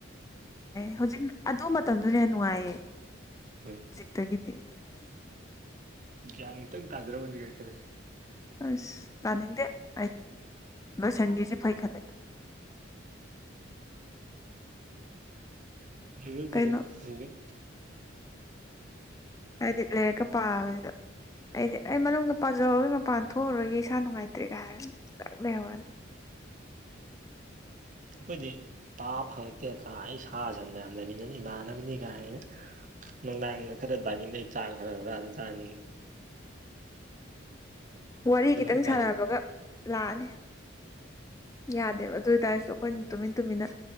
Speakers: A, on the left; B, on the right.
A: ꯍꯧꯖꯤꯛ ꯑꯗꯨ ꯃꯇꯝꯗꯨꯅ ꯌꯥꯝ ꯅꯨꯡꯉꯥꯏꯌꯦ
B: ꯍꯣꯏ
A: ꯍꯧꯖꯤꯛꯇꯒꯤꯗꯤ ꯎ
B: ꯒ꯭ꯌꯥꯟ ꯇꯪ ꯇꯥꯖꯔꯝꯃꯗꯤꯦ ꯀꯔꯤ ꯈꯔ
A: ꯑꯁ ꯇꯥꯅꯤꯡꯗꯦꯗꯤ ꯂꯣꯏꯁꯒꯤꯁꯦ ꯐꯩꯈꯂꯦ ꯎꯝ
B: ꯔꯤꯒꯦꯜ
A: ꯀꯩꯅꯣ
B: ꯗꯤ ꯔꯤꯒꯦꯜ
A: ꯑꯗꯤ ꯂꯩꯦꯒ ꯄꯥꯕꯗ ꯑꯩꯗꯤ ꯑꯩ ꯃꯅꯨꯡꯗ ꯄꯥꯖꯍꯧꯔꯣꯏ ꯃꯄꯥꯟ ꯊꯣꯛꯎꯔꯣꯏꯒꯦ ꯏꯁꯥ ꯅꯨꯡꯉꯥꯏꯇ꯭ꯔꯦꯒ ꯍꯥꯏꯔ ꯂꯩꯍꯧꯔꯅꯤ
B: <unintelligible> ꯑꯩꯈꯣꯏꯗꯤ ꯄꯥꯕ ꯐꯪꯉꯛꯇꯦ ꯀꯥꯏ ꯑꯩ ꯁꯥ ꯁꯟ ꯃꯌꯥꯝ ꯂꯩꯃꯤꯟꯅꯅꯤ ꯏꯃꯥꯟꯅꯕꯅꯤ ꯀꯥꯏꯅ ꯅꯨꯡꯗꯥꯡꯗ ꯈꯔ ꯗꯥꯏꯅꯤꯡꯗꯩ ꯆꯥꯈ꯭ꯔꯕ꯭ꯔꯥ ꯆꯥꯅꯤꯤ
A: ꯋꯥꯔꯤ ꯈꯤꯇꯪ
B: ꯎꯄꯥꯏ
A: ꯁꯥꯟꯅꯕꯒ
B: ꯂꯩꯇꯦ
A: ꯂꯥꯛꯑꯅꯤ ꯌꯥꯗꯦꯕ ꯑꯗꯨ ꯑꯣꯏꯇꯥꯔꯁꯨ ꯑꯩꯈꯣꯏꯅ ꯇꯨꯃꯤꯟ ꯇꯨꯃꯤꯟꯅ